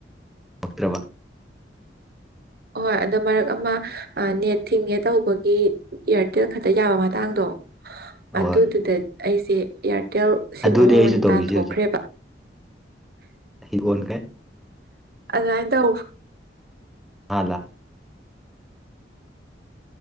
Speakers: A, in the centre; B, on the right.
A: ꯄꯥꯝꯃꯛꯇ꯭ꯔꯕ
B: ꯍꯣꯏ ꯑꯗꯣ ꯃꯔꯛ ꯑꯃ ꯅꯦꯠ ꯊꯤꯡꯉꯦ ꯇꯧꯕꯒꯤ ꯏꯌꯥꯔꯇꯦꯜ ꯈꯛꯇ ꯌꯥꯕ ꯃꯇꯥꯡꯗꯣ ꯑꯗꯨꯗꯨꯗ
A: ꯍꯣꯏ
B: ꯑꯩꯁꯦ ꯏꯌꯥꯔꯇꯦꯜ ꯁꯤꯝ
A: ꯑꯗꯨꯅꯦ
B: ꯑꯃ ꯑꯣꯏꯅ
A: ꯑꯩꯁꯨ ꯇꯧꯔꯤꯁꯦ
B: ꯇꯥꯟꯊꯣꯛꯈ꯭ꯔꯦꯕ
A: ꯍꯧꯖꯤꯛ ꯑꯩ ꯑꯣꯟꯈ꯭ꯔꯦ
B: ꯑꯗꯨꯃꯥꯏꯅ ꯇꯧ
A: ꯃꯥꯂ